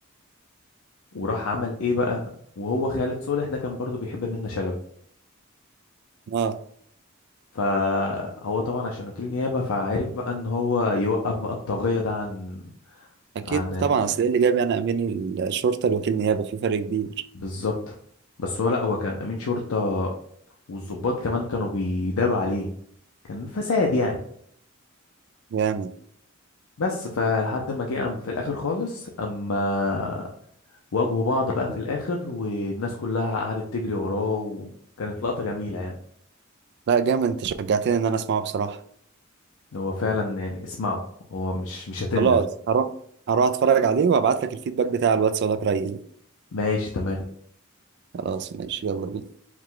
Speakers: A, on the left; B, on the right.
A: وراح عمل ايه بقى وهو خالد صالح ده كان برضو بيحب منة شلبي
B: اه
A: فهو طبعا عشان وكيل نيابة فعرف بقى ان هو يوقف بقى الطاغية ده عن
B: اكيد
A: عن ال...
B: طبعا اصل ايه اللي جاب يعني امين الشرطه لوكيل نيابه في فرق كبير
A: بالظبط بس هو لا هو كان امين شرطة والضباط كمان كانوا بيداروا عليه كان فساد يعني
B: جامد
A: بس فلحد ما جه قام في الاخر خالص اما واجهوا بعض بقى في الاخر والناس كلها قعدت تجري وراه وكانت لقطة جميلة يعني
B: لا جامد انت شجعتني ان انا اسمعه بصراحه
A: هو فعلا يعني اسمعه هو مش مش هتندم
B: خلاص هروح هروح اتفرج عليه وابعت لك الفيدباك بتاع الواتس ولا رأيي
A: ماشي تمام
B: خلاص ماشي يلا بينا